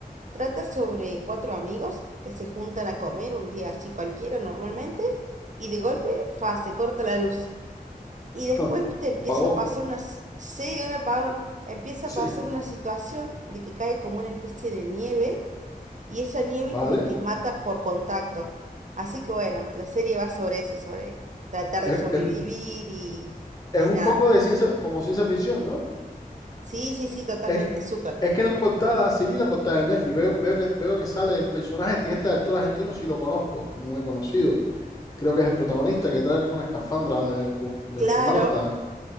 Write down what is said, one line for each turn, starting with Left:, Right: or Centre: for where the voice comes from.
Right: Trata sobre cuatro amigos que se juntan a comer un día así cualquiera normalmente, y de golpe, fa, se corta la luz. Y después,
Left: <laughs>
Right: viste, empieza
Left: Apagón.
Right: a pasar una, s- sí, un apagón, empieza
Left: Sí,
Right: a pasar una situación de que cae como una especie de nieve y esa nieve
Left: vale.
Right: como que mata por contacto. Así que bueno, la serie va sobre eso, sobre tratar
Left: Es,
Right: de sobrevivir
Left: es-
Right: y,
Left: es
Right: y
Left: un
Right: nada.
Left: poco de ciencia, como ciencia ficción, ¿no?
Right: Sí, sí, sí, totalmente,
Left: Es, que-
Right: súper.
Left: es que en la portada, sí vi la portada de Netflix, veo, veo que, veo que sale el personaje, este, este actor argentino, sí lo conozco, muy conocido. Creo que es el protagonista que trae como una escafandra de, co- de
Right: Claro.
Left: astronauta.